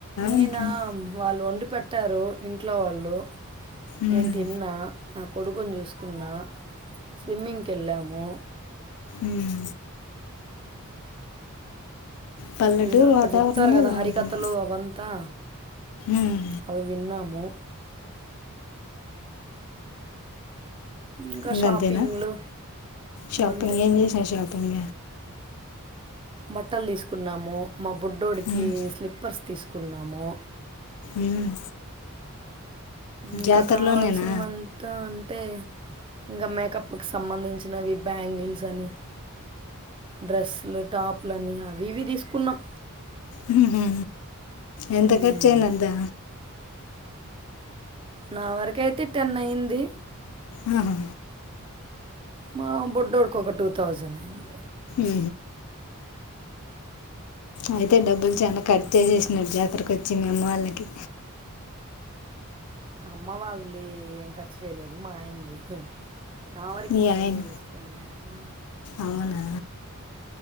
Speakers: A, on the right; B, on the left.
A: నేనా
B: అంటున్నా
A: వాళ్ళు ఒండి పెట్టారు ఇంట్లో వాళ్ళు
B: ఉమ్,
A: నేను తిన్నా నా కొడుకుని చూసుకున్న స్విమ్మింగ్కి వెళ్ళాము
B: ఉమ్. పల్లెటూరు
A: ఇంకా అక్కడ
B: వాతావరణమే
A: చెప్తారు కదా
B: బాగుంటుంది
A: హరికథలు అవంతా
B: ఉమ్,
A: అవి విన్నాము ఇంకా
B: ఇంకంతేనా
A: షాపింగ్లు
B: షాపింగ్
A: అంతే
B: ఏం చేసినా షాపింగ్
A: బట్టలు తీసుకున్నాము మా బుడ్డోడికి
B: ఉమ్,
A: స్లిప్పర్స్ తీసుకు కున్నాము
B: ఉమ్.
A: ఇంకా
B: జాతరలోనేనా
A: కావాల్సినవంతా అంటే ఇంకా మేకప్కి సంబంధించినవి బ్యాంగిల్స్ అని డ్రెస్సులు టాపులు అని అవి ఇవి తీసుకున్నాం
B: హుహు ఎంత
A: మ్మ్.
B: ఖర్చు అయింది అంతా
A: నా వరకు అయితే టెన్ అయ్యింది
B: హా
A: మా బొడ్డోడికి ఒక టూ థౌజండ్ అయింది
B: హ అయితే డబ్బులు చాన కర్చు చేసేసినడు జాతరకు వచ్చి మేం మామ్మా వాళ్ళకి
A: అమ్మ వాళ్ళది ఏం ఖర్చు చేయలేదు మా ఆయనది నా వరకి
B: మీ
A: మా ఆయనదే
B: ఆయన
A: తీసుకున్న ఆ
B: అవునా